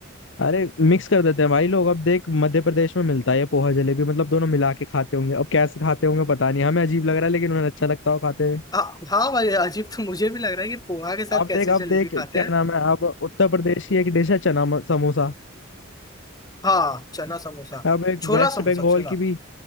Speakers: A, on the left; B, on the left.
A: अरे मिक्स कर देते हैं भाई लोग अब देख मध्य प्रदेश में मिलता है ये पोहा जलेबी मतलब दोनों मिला के खाते होंगे अब कैसे खाते होंगे पता नहीं हमें अजीब लग रहा है लेकिन उन्हें अच्छा लगता हो खाते
B: हाँ हाँ भाई अजीब तो मुझे भी लग रहा है कि पोहा के साथ
A: अब
B: कैसे
A: देख
B: जलेबी
A: अब देख
B: खाते
A: क्या
B: हैं
A: नाम है अब उत्तर प्रदेश की एक डिश है चना म- समोसा
B: हाँ चना समोसा
A: अब एक
B: छोला
A: वेस्ट
B: समोसा
A: बंगाल
B: छोला
A: की भी